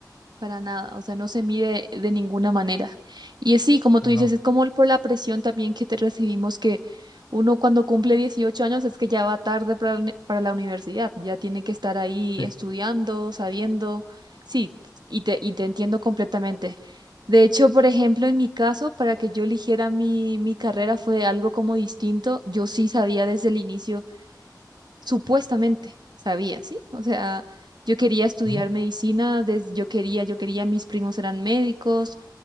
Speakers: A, on the right; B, on the left.
A: Para nada, o sea, no se mide de ninguna manera. Y es sí, como tú
B: No.
A: dices, es como por la presión también que te recibimos, que uno cuando cumple 18 años es que ya va tarde para, la uni- para la universidad, ya tiene que estar ahí
B: es-
A: estudiando, sabiendo. Sí, y te, y te entiendo completamente. De hecho, por ejemplo, en mi caso, para que yo eligiera mi, mi carrera fue algo como distinto. Yo sí sabía desde el inicio supuestamente sabía, ¿sí? O sea, yo quería estudiar
B: ¿Mm?
A: medicina, desde, yo quería, yo quería, mis primos eran médicos.